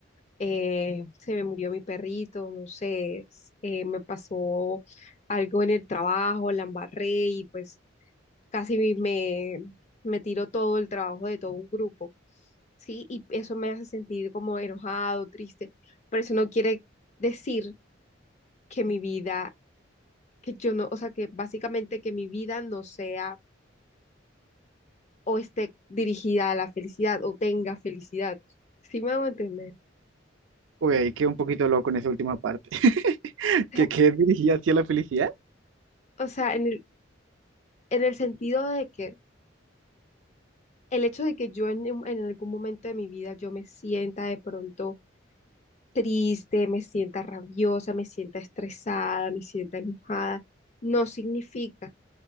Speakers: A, on the left; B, on the right.
A: eh, se me murió mi perrito, no sé, s- eh, me pasó algo en el trabajo, la embarré y pues casi me, me tiró todo el trabajo de todo un grupo, sí, y eso me hace sentir como enojado, triste, pero eso no quiere decir que mi vida que yo no, o sea, que básicamente que mi vida no sea o esté dirigida a la felicidad o tenga felicidad. ¿Sí me hago entender?
B: hoy ahí quedé un poquito loco en esa última parte, <laughs>
A: O sea,
B: que quedé dirigida hacia la felicidad.
A: o sea, en el, en el sentido de que el hecho de que yo en, un- en algún momento de mi vida yo me sienta de pronto triste, me sienta rabiosa, me sienta estresada, me sienta enojada, no significa